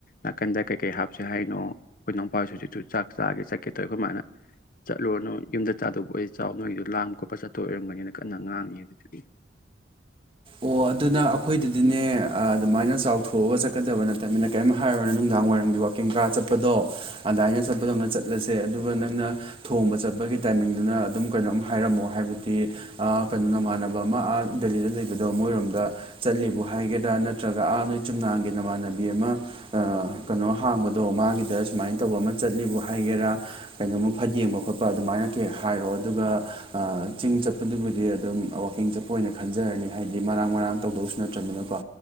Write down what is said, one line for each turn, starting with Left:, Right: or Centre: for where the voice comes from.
Left: ꯅꯥꯀꯟꯗ ꯀꯩꯀꯩ ꯍꯥꯞꯁꯦ ꯍꯥꯏꯅꯣ ꯑꯩꯈꯣꯏ ꯏꯅꯥꯎꯄꯥꯁꯨ ꯍꯧꯖꯤꯁꯨ ꯆꯥꯛ ꯆꯥꯒꯦ ꯆꯠꯀꯦ ꯇꯧꯏ ꯈꯣꯏꯃꯥꯅ ꯆꯠꯂꯨꯔꯅꯨ ꯌꯨꯝꯗ ꯆꯥꯗꯧꯕ ꯑꯣꯏꯗꯤ ꯆꯥꯎ ꯅꯣꯏꯒꯤꯗꯣ ꯂꯥꯡꯕ ꯈꯣꯠꯄ ꯆꯠꯇꯣꯏ ꯑꯣꯏꯔꯝꯒꯅꯤꯅ ꯀꯟꯅ ꯉꯥꯡꯉꯤ ꯍꯧꯖꯤꯛ <inaudible>
Right: ꯑꯣ ꯑꯗꯨꯅ ꯑꯩꯈꯣꯏꯗꯨꯗꯤꯅꯦ ꯑ ꯑꯗꯨꯃꯥꯏꯅ ꯆꯥꯎꯊꯣꯛꯑꯒ ꯆꯠ ꯀꯗꯕ ꯅꯠꯇꯕꯅꯤꯅ ꯀꯔꯤꯝ ꯍꯥꯏꯔꯨꯔꯅꯨ ꯅꯨꯡꯗꯥꯡ ꯋꯥꯏꯔꯝꯒꯤ ꯋꯥꯥꯛꯀꯤꯡꯀꯥ ꯆꯠꯄꯗꯣ ꯑꯗꯥꯏꯅ ꯆꯠꯄꯗꯧꯅ ꯆꯠ ꯂꯁꯦ ꯑꯗꯨꯒ ꯅꯪꯅ ꯊꯣꯡꯕ ꯆꯠꯄꯒꯤ ꯇꯥꯏꯃꯤꯡꯗꯨꯅ ꯑꯗꯨꯝ ꯀꯩꯅꯣꯝ ꯍꯥꯏꯔꯝꯃꯣ ꯍꯥꯏꯕꯗꯤ ꯑ ꯀꯩꯅꯣ ꯅꯃꯥꯟꯅꯕ ꯑꯃ ꯑ ꯗꯦꯜꯂꯤꯗ ꯂꯩ ꯕꯗꯣ ꯃꯣꯏꯔꯣꯝꯗ ꯆꯠꯂꯤꯕꯨ ꯍꯥꯏꯒꯦꯔꯥ ꯅꯠꯇ꯭ꯔꯒ ꯑꯥ ꯅꯣꯏ ꯆꯨꯝꯅꯥꯡꯒꯤ ꯅꯃꯥꯟꯅꯕꯤ ꯑꯃ ꯑ ꯀꯩꯅꯣ ꯍꯥꯡꯕꯗꯣ ꯃꯥꯒꯤꯗ ꯁꯨꯃꯥꯏꯅ ꯇꯧꯕ ꯑꯃ ꯆꯠꯂꯤꯕꯨ ꯍꯥꯏꯒꯦꯔꯥ ꯀꯩꯅꯣꯝꯃ ꯐꯠ ꯌꯦꯡꯕ ꯈꯣꯠꯄ ꯑꯗꯨꯃꯥꯏꯅ ꯀꯦ ꯍꯥꯏꯔꯣ ꯑꯗꯨꯒ ꯑ ꯆꯤꯡ ꯆꯠꯄꯗꯨꯕꯨꯗꯤ ꯑꯗꯨꯝ ꯋꯥꯀꯤꯡ ꯆꯠꯄ ꯑꯣꯏꯅ ꯈꯟꯖꯔꯅꯤ ꯍꯥꯏꯗꯤ ꯃꯔꯥꯡ ꯃꯔꯥꯡ ꯇꯧꯗꯧꯁꯨ ꯅꯠꯇ꯭ꯔꯝꯅꯤꯅꯀꯣ